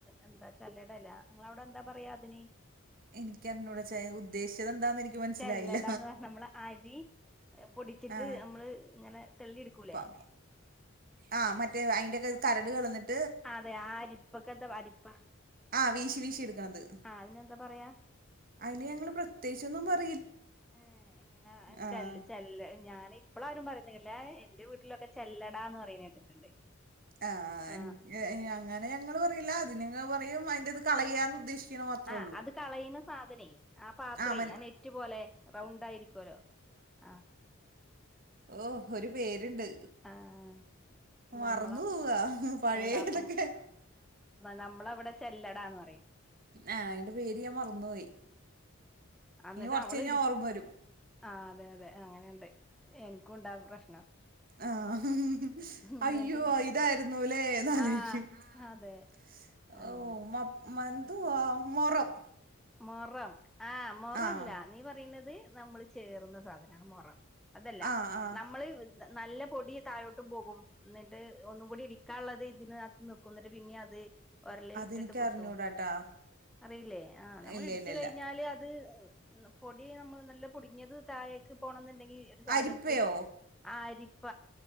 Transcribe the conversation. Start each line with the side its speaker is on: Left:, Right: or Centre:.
Centre: എന്താ ചല്ലടല്ല നിങ്ങ അവിടെ എന്താ പറയാ അതിന്
Right: എനിക്ക് എന്നോടെ ഉദ്ദേശിച്ചത എന്താന്ന് എനിക്ക് മനസ്സിലായില്ല
Centre: ചെല്ലടന്ന് പറഞ്ഞ നമ്മളുടെ അരി പൊടിച്ചിട്ട്
Right: ആഹ്
Centre: നമ്മള് ഇങ്ങനെ തള്ളിെടുക്കൂലേ
Right: പ ആഹ് മറ്റേ അയിന്റെൊക്കെ കരട് കളന്നിട്ട്
Centre: അതെ ആ അരിപ്പൊക്കെന്ത അരിപ്പ
Right: ആഹ വീശി വീശി എടുക്കണത്
Centre: ആഹ് അതിനെന്താ പറയാ
Right: അതിന് ഞങ്ങള് പ്രത്യേകിച്ചൊന്നും പറ
Centre: ആ ഇങ്ങനെ
Right: ആഹ്
Centre: ചല്ല് ചല്ല് ഞാന എളാരും പറയില്ല എന്റെ വീട്ടിലൊക്കെ ചെല്ലടാ എന്ന് പറയുന്ന കേട്ടിട്ടുണ്ട്
Right: ആ
Centre: ആഹ്
Right: എ അങ്ങനെ ഞങ്ങള്ൾ പറയില്ല അതി അതിന്റെത് കളയാന്ന് ഉദ്ദേശിക്കണ മാത്രേ
Centre: ആ
Right: ഉള്ളൂ
Centre: അത് കളയുന്ന സാധനേ ആ പാത്രേ
Right: ആഹ് മൻ
Centre: നെറ്റ്പൊലെ റൗണ്ടായിയിരിക്കുവല്ലോ ആഹ
Right: ഓ ഒരു പേരുണ്ട്
Centre: ആഹ്
Right: മറന്നു
Centre: നമ്മളോ
Right: പോവാ. പഴയതൊക്കെ
Centre: ഏ <unintelligible> നമ്മളവിടെ ചെല്ലടാ ന്ന് പറയും.
Right: ആഹ അയിന്റെ പേര് ഞാൻ മറന്നുപോയി.
Centre: എന്നിട്ട്
Right: ഇനി കൊറച്ച്
Centre: അവള
Right: കഴിഞ്ഞാ
Centre: ഇടി
Right: ഓർമ്മ വരും
Centre: ആ അതെ അതെ അങ്ങനെയുണ്ട് എനിക്കും ഇണ്ടാ പ്രശ്നം.
Right: ആഹ ഹ ഹ ഹ
Centre: എന്നിട്ട്
Right: അയ്യോ
Centre: ഞാൻ
Right: ഇതായിരുന്നു. ലേ ന്ന് അലോയ്ക്കും
Centre: ആഹ്
Right: <unintelligible>
Centre: അതെ അങ്ങനെ
Right: <unintelligible> മൊറം
Centre: മുറം ആ് മുറല്ല
Right: ആഹ്
Centre: നീ പറയുന്നത് നമ്മൾ ചേറുന്ന സാധനാ മുറം. അതല്ല
Right: ആഹ് ആഹ്
Centre: നമ്മള് <inaudible> നല്ല പൊടി താഴോട്ട് പോകും ന്നിട്ട് ഒന്നും കൂടി ഇടിക്കാനുള്ളത് ഇതിനകത്ത് നിക്കും എന്നിട്ട് പിന്നെ അത് ഒരളില
Right: അതെനിക്ക്
Centre: ഇട്ടിട്ട് കുത്തും.
Right: അറിഞ്ഞൂടാട്ടാ
Centre: അറിയില്ലേ ആഹ് നമ്മള
Right: ഇല്ല
Centre: ഇടിച്ച
Right: ഇല്ല ഇല്ല
Centre: കഴിഞ്ഞാല് <unintelligible> <unintelligible> പൊടി നമ്മൾ നല്ല പൊടുങ്ങിയത് <unintelligible> പോണംന്നുണ്ടെങ്കി ഒരു സാധനത്തിട്ട്
Right: അരിപ്പയോ
Centre: ആ അരിപ്പ.